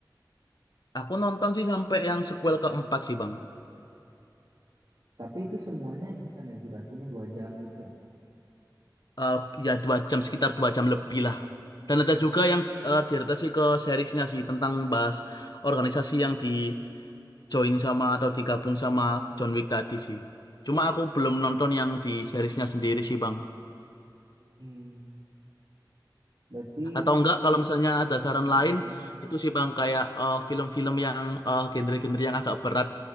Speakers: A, on the left; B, on the right.
A: Aku nonton sih sampai yang sequel keempat sih Bang.
B: Tapi itu semuanya ini kan ya durasinya dua jam gitu ya.
A: eh ya dua jam sekitar dua jam lebih lah. Dan ada juga yang eh, diadaptasi ke seriesnya sih tentang bahas organisasi yang di join sama atau digabung sama John Wick tadi sih. Cuma aku belum nonton yang di seriesnya sendiri sih Bang.
B: Hmm, berarti,
A: Atau enggak kalau misalnya ada saran
B: ah,
A: lain
B: ah, ah.
A: itu sih Bang kayak eh, film-film yang eh, genre-genre yang agak berat